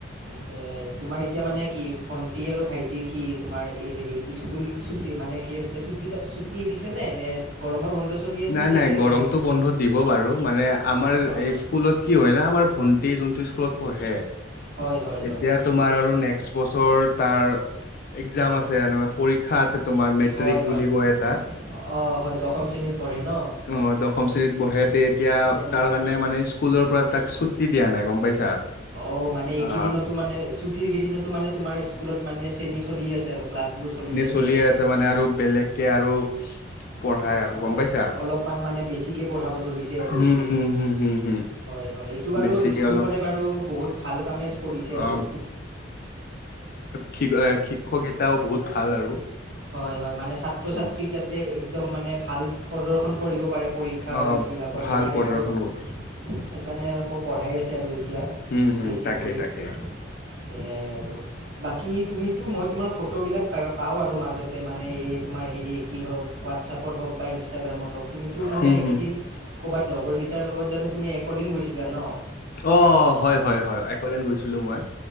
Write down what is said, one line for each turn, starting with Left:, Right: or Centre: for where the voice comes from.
Right: সেইয়াই তোমাৰ এতিয়া মানে কি ভণ্টি আৰু ভাইটিৰ কি তোমাৰ এই হেৰি স্কুল ছুটি মানে কি আছিলে ছুট ছুটি দিছে নে নে <unintelligible> গৰমৰ বন্ধ চলি আছেনে
Left: নাই
Right: নে
Left: নাই গৰমতটো
Right: এনেই
Left: বন্ধত দিব বাৰু মানে আমাৰ
Right: হয়
Left: স্কুলত কি হয় ন আমাৰ ভন্টি যোনটো স্কুলত পঢ়ে
Right: হয় হয় হয়
Left: এতিয়া তোমাৰ আৰু নেক্সট বছৰ তাৰ এক্সাম আছে পৰীক্ষা আছে তোমাৰ মেট্ৰিক
Right: হয় হয়
Left: বুলি কয় এটা
Right: অঁ হয় দশম শ্ৰেণীত পঢ়ে ন
Left: অ দশম শ্ৰেণীত পঢ়ে তে এতিয়া
Right: হয়
Left: তাৰ
Right: হয়
Left: কাৰণে মানে স্কুলৰ পৰা তাক ছু্টি দিয়া নাই গম পাইছা
Right: অঁ মানে এই
Left: অ
Right: কেইদিনতো মানে ছুটিৰ কেইদিনতো মানে তোমাৰ স্কুলত মানে শ্ৰেণী চলি আছে আৰু ক্লাছোৰ চলি আছে
Left: চলি
Right: আৰু
Left: আছে মানে আৰু বেলেগকে আৰু পঢ়াই আৰু
Right: হয়
Left: গম পাইছো
Right: অলপমান মানে বেছিকে পঢ়াব ধৰিছে আৰু এইকেইদিন
Left: উম হম হম হম হম
Right: হয়। হয় এইটো বাৰু
Left: বেছিকে
Right: স্কুলখনে
Left: অলপ
Right: বাৰু বহুত ভাল কামে কৰিছে
Left: অ
Right: আৰু
Left: শিক শিক্ষক কেটাও বহুত ভাল আৰু
Right: হয় হয় মানে ছাত্ৰ
Left: উম
Right: ছাত্ৰীক যাতে এক্দম মানে ভাল প্ৰদৰ্শন কৰিব পৰীক্ষা
Left: অ
Right: বিলাকত
Left: ভাল
Right: সেইকাৰণে
Left: প্ৰদৰ্শন
Right: আৰু
Left: কৰ
Right: সেইকাৰণে আকৌ পঢ়াই আছে আৰু এতিয়া
Left: উম হম
Right: বেছি
Left: তাকে
Right: কৰি
Left: তাকে
Right: সেয়াই আৰু বাকী তুমিতো মই তোমাৰ ফটোবিলাক পায় পাওঁ আৰু মাজ য'তে মানে এই তোমাৰ হেৰি কি হওক হোৱাটছপত হওক বা ইনষ্টাগ্ৰামত হওক তুমিতো মানে
Left: হম
Right: এইকেইদিন
Left: হম
Right: কৰ'ৰবাত লগৰ গেইটাৰ লগত জানো তুমি একদিন গৈছিলা ন
Left: অ হয় হয় হয় একলেন গৈছিলো মই